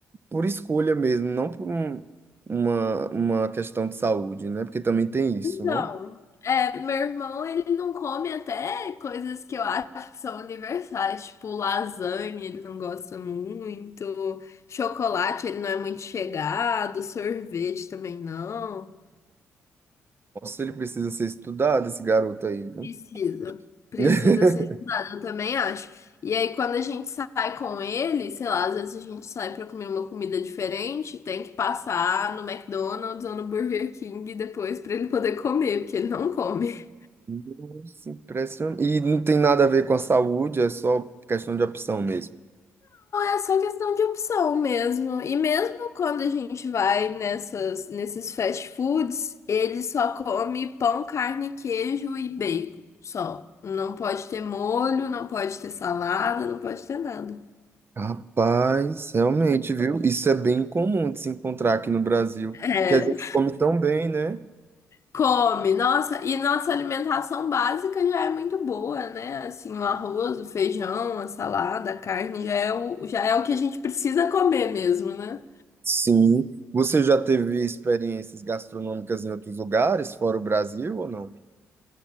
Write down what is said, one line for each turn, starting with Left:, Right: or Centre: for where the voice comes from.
Right: por escolha mesmo, não por um- uma, uma questão de saúde, né? Porque também tem isso,
Left: Então,
Right: né?
Left: é, meu irmão, ele não come até coisas que eu acho que são universais, tipo lasanha, ele não gosta muito, chocolate, ele não é muito chegado, sorvete também não.
Right: Nossa, ele precisa ser estudado, esse garoto aí, viu?
Left: Precisa, precisa
Right: <laughs>
Left: ser estudado, eu também acho. E aí, quando a gente sai com ele, sei lá, às vezes a gente sai pra comer uma comida diferente, tem que passar no McDonald's ou no Burger King depois pra ele poder comer, porque ele não come.
Right: Nossa, impressionante. E não tem nada a ver com a saúde, é só questão de opção mesmo.
Left: É só questão de opção mesmo. E mesmo quando a gente vai nessas, nesses fast foods, ele só come pão, carne, queijo e bacon. Só. Não pode ter molho, não pode ter salada, não pode ter nada.
Right: Rapaz, realmente, viu? Isso é bem comum de se encontrar aqui no Brasil,
Left: É.
Right: porque a gente come tão bem, né?
Left: Come. Nossa, e nossa alimentação básica já é muito boa, né? Assim, o arroz, o feijão, a salada, a carne já é o, já é o que a gente precisa comer mesmo, né?
Right: Sim. Você já teve experiências gastronômicas em outros lugares, fora o Brasil ou não?